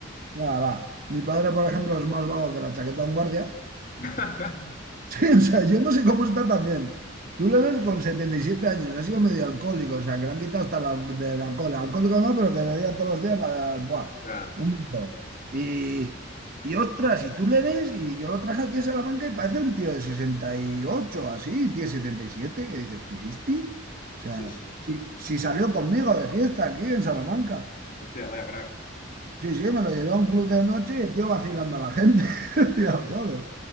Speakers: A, on the right; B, on the left.
A: Nada, va. Mi padre, por ejemplo, es más vago que la chaqueta de un guardia
B: <laughs>
A: Sí, o sea, yo no sé cómo está también. Tú le ves con 77 años, ha sido medio alcohólico, o sea, que le han quitado hasta la, de la cola. Alcohólico no, pero que bebía todos los días la, buah,
B: Ya,
A: un montón. Y, y ostras, y tú le ves, y yo lo traje aquí a Salamanca y parece un tío de 68 así, tío de 77 que dices, ¿fusisti? O sea,
B: sí, sí.
A: si, si salió conmigo de fiesta aquí en Salamanca.
B: Hostia, vaya crack.
A: Sí, sí, me lo llevé a un club de noche y el tío vacilando a la gente. <laughs> Digo, joder.
B: Joder,